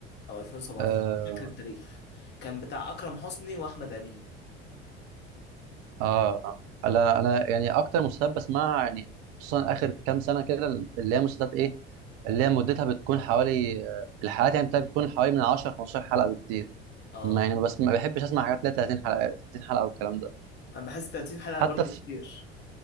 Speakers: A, on the left; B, on the right.
A: او 2017
B: آه,
A: مش فاكر التاريخ كان بتاع اكرم حسني واحمد امين
B: اه آه. انا انا يعني اكتر مسلسلات بسمعها يعني خصوصا اخر كام سنه كده اللي هي مسلسلات ايه اللي هي مدتها بتكون حوالي آه، الحلقات يعني بتاعتها بتكون حوالي من 10 15 حلقه بكتير
A: اه
B: ما يعني بس ما بحبش اسمع حاجات ليها 30 حلقه 30 حلقه والكلام ده
A: انا بحس 30 حلقه
B: حتى
A: برضو
B: في
A: كتير